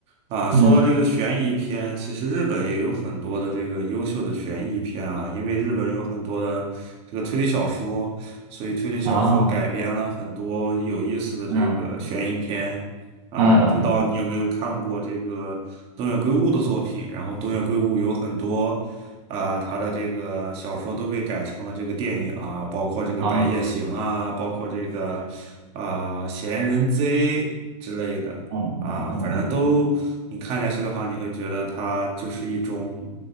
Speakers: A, on the right; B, on the right.
A: 啊，说到这个悬疑片，
B: 嗯，
A: 其实日本也有很多的这个优秀的悬疑片啊，因为日本有很多的这个推理小说，所以推理小说改编了很多有意思的这个悬疑片啊。
B: 啊，嗯嗯嗯嗯，
A: 我不知道你有没有看过这个东野圭吾的作品，然后东野圭吾有很多。啊、他的这个小说都被改成了这个电影啊，包括这个《白夜行》啊，
B: 啊，
A: 包括这个啊、闲人贼》之类的啊，
B: 嗯嗯嗯嗯
A: 反正都你看下去的话，你会觉得它就是一种，